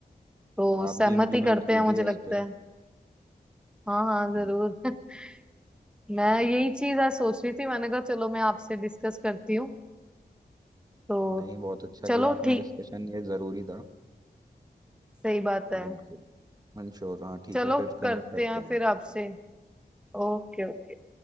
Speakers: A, in the centre; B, on the right (about 20°).
A: तो
B: आप
A: सहमति
B: भी इम्प्लीमेंट
A: करते
B: कीजिए
A: हैं मुझे लगता
B: इस पे
A: है हाँ हाँ जरूर
B: हम्म,
A: <laughs> मैं
B: हम्म।
A: यही चीज आज सोच रही थी मैंने कहा चलो मैं आपसे डिस्कस करती हूँ तो
B: नहीं बहुत अच्छा
A: चलो
B: किया आपने
A: ठीक
B: डिस्कशन ये ज़रूरी था
A: सही बात है
B: बिल्कुल मंशोर हाँ ठीक
A: चलो
B: है फिर
A: करते
B: कनेक्ट करते
A: हैं
B: हैं
A: फिर आपसे Okay okay